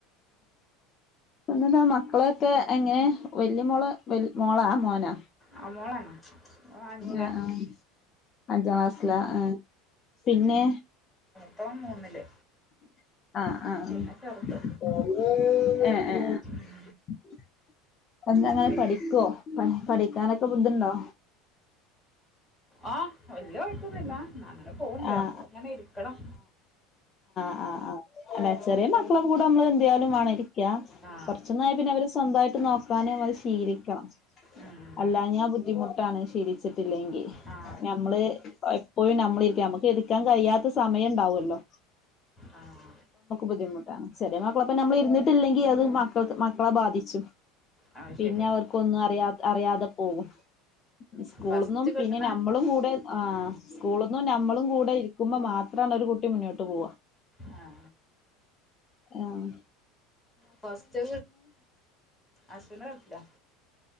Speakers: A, on the left (about 30°); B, in the centre.
A: എന്നന്നതാ മക്കളൊക്കെ എങ്ങനെ വല്യ മോള മോളാ മോനാ
B: ആ മോളാണോ ഓൻ അഞ്ചിലാ
A: ആഹ ആ അഞ്ചാം ക്ലാസ്സില ആഹ പിന്നെ
B: <unintelligible> മൂന്നില്
A: ആഹ
B: പിന്നെ
A: ആഹ
B: ചെറുത്
A: ആഹ ആഹ
B: ഉം.
A: ആഹ എന്താ അങ്ങനെ
B: പി-
A: പഠിക്കുവോ പ പഠിക്കാനൊക്കെ ബുദ്ധിണ്ടോ
B: ആഹ് വല്യ കുഴപ്പന്നില്ല അങ്ങനെ പോവണ്ടേ
A: ആഹ്
B: നമ്മ അങ്ങനെ ഇരിക്കണം
A: ആ ആ അല്ലെ ചെറിയ മക്കള കൂടെ നമ്മള് ാലും വേ ഇരിക്ക
B: ആ
A: കൊറച്ചന്നായി പിന്നെ അവര് സ്വന്തമായിട്ട് നോക്കാനും അത് ശീലിക്കണം
B: ഉം.
A: അല്ല ഞാൻ ബുദ്ധിമുട്ടാണ് ശീരിച്ചിട്ടില്ലെങ്കിൽ
B: ആ
A: ഞമ്മള് <unintelligible> പോയി നമ്മളിരിക്ക നമുക്ക് എടുക്കാൻ കഴിയാത്ത സമയം ഉണ്ടാവല്ലോ
B: ആഹ
A: ബുദ്ധിമുട്ടാണ് ചെ മക്കളപ്പ നമ്മൾ ഇരുന്നിട്ടില്ലെങ്കിൽ അത് മക്കൾ മക്കളെ ബാധിച്ചു
B: ആ
A: പിന്നെ
B: ശരി
A: അവർ ക്കേഒന്നും അറിയാ അറിയാതെ പോകും സ്കൂള്നിന്നും
B: ഫസ്റ്റ് കിട്ടണ
A: പിന്നെ നമ്മളും കൂടെ ആ
B: ഉം.
A: സ്കൂള് നമ്മളും കൂടെ ഇരിക്കുമ്പോ മാത്രണ ഒരു കുട്ടി മുന്നോട്ട് പോവാ
B: ആ
A: ആഹ
B: ഫസ്റ്റ് അശ്വിന കട്ടില്ല